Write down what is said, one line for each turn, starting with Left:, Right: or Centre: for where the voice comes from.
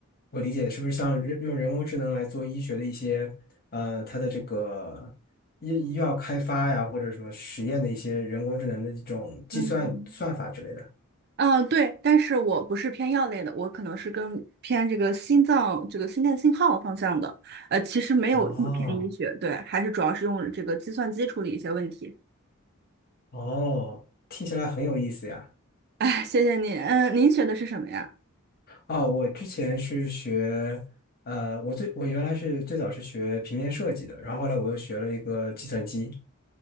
Left: 我理解的是不是像人用人工智能来做医学的一些，呃，它的这个医医药开发呀，或者什么实验的一些人工智能的一种计算算法之类的。
Right: 嗯，嗯，对，但是我不是偏药类的，我可能是跟偏这个心脏这个心电信号方向的。呃，其实没有那么偏医学，
Left: 哦
Right: 对，还是主要是用这个计算机处理一些问题。
Left: 哦，听起来很有意思呀。
Right: 哎，谢谢你。嗯，您学的是什么呀？
Left: 哦，我之前是学，呃，我最我原来是最早是学平面设计的，然后后来我又学了一个计算机。